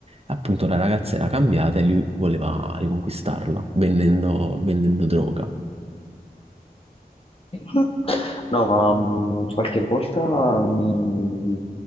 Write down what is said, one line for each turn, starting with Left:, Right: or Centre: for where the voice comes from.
Right: Appunto, la ragazza era cambiata e lui voleva riconquistarla vendendo, vendendo droga.
Left: Ok. No, ma mm, qualche volta mi,